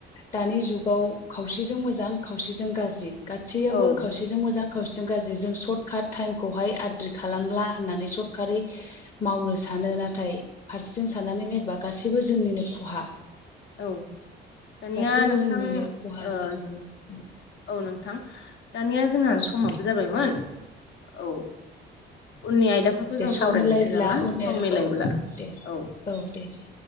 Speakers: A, on the left (about 30°); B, on the left (about 65°).
A: दानि जुगाव खावसेजों मोजां खावसेजों गाज्रि। गादसैयाबो
B: औ
A: खावसे खावसेजों मोजां खावसेजों गाज्रि जों सर्ट काट टाइमखौहाय आद्रि खालामला होननानै सर्ट काटयै मावनो सानो नाथाय फारसेथिं साननानै नायबा गासैबो जोंनिनो खहा।
B: औ दानिया
A: गासैबो
B: नोंथां
A: जोंनिनो खहा
B: ओ
A: जाजोबो
B: औ नोंथां दानिया जोंहा
A: औ
B: समाबो जाबायमोन। औ उननि आयदाफोरखौ
A: दे
B: जों
A: सम
B: सावरायनोसै
A: मिलायब्ला
B: नामा
A: उनाव
B: सम मिलायब्ला
A: औ औ दे
B: औ।
A: औ दे दे।